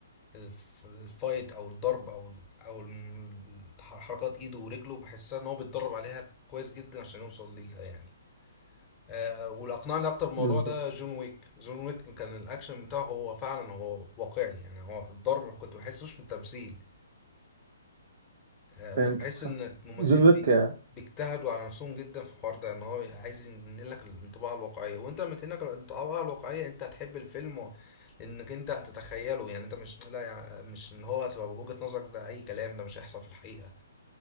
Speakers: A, on the left (about 20°); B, on the right (about 55°).
A: الف- الفايت او الضرب او ال- او الم- ح- حركات ايده ورجله بحسها ان هو بيتدرب عليها كويس جدا عشان يوصل ليها يعني آه واللي اقنعني اكتر بالموضوع
B: بالظبط
A: ده جون ويك جون ويك كان الاكشن بتاعه هو فعلا هو واقعي يعني هو الضرب ما كنت بحسوش من تمثيل آه،
B: فهمتك
A: فبحس
B: صح
A: ان الممثلين
B: جون ويك
A: بيك- بيجتهدوا على نفسهم جدا في الحوار ده ان هو عايز ينقلك الانطباع الواقعيه وانت لما تنقلك الانطباع الواقعيه انت هتحب الفيلم و- لانك انت هتتخيله يعني انت مش لا يع- مش ان هو تبقى بوجهه نظرك ده اي كلام ده مش هيحصل في الحقيقه